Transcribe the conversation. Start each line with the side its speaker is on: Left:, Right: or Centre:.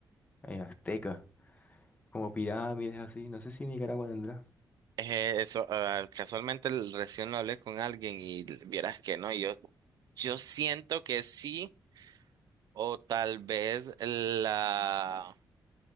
Left: eh, azteca, como pirámides así. No sé si Nicaragua tendrá.
Right: Eh, eso, ah, casualmente el- recién lo hablé con alguien y l- vieras que no, yo, yo siento que sí, o tal vez la,